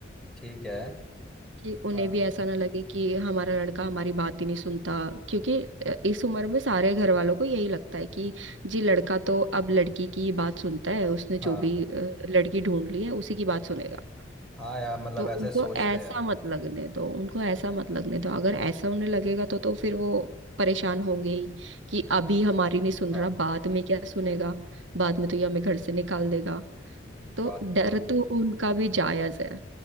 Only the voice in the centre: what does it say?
ठीक है
हाँ
हाँ
हाँ यार मतलब
ऐसे
सोचते
हैं
हाँ
हम्म,
बात
तो